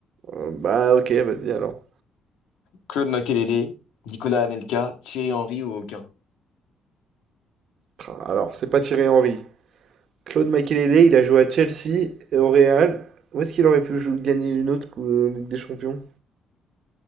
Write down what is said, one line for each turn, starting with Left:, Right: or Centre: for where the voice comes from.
Right: Euh, bah, ok, vas-y alors.
Left: Claude Makelele, Nicolas Anelka, Thierry Henry ou aucun.
Right: Tra- Alors, c'est pas Thierry Henry. Claude Makelele, il a joué à Chelsea et au Real. Où est-ce qu'il aurait pu jou- gagner une autre cou- euh, Ligue des Champions?